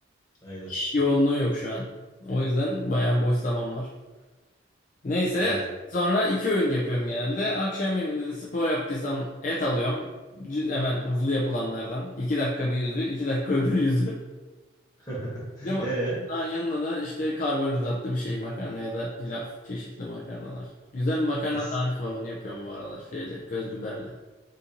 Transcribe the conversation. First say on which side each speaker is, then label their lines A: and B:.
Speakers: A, on the left; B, on the left.
A: Aynen.
B: İş yoğunluğu yok şu an. O yüzden bayağı boş zaman var. Neyse
A: Aynen.
B: sonra iki öğün yapıyorum genelde. Akşam yemeğinde de spor yaptıysam et alıyorum. C- hemen hızlı yapılanlardan. iki dakika bir yüzü, iki dakika <laughs> öbür yüzü.
A: <laughs>
B: Bir de ma-
A: E,
B: ha, yanına da işte karbonhidratlı bir şey makarna ya da pilav. Çeşitli makarnalar. Güzel bir makarna
A: e,
B: tarifi var onu yapıyorum bu aralar. Şeyle köz biberle.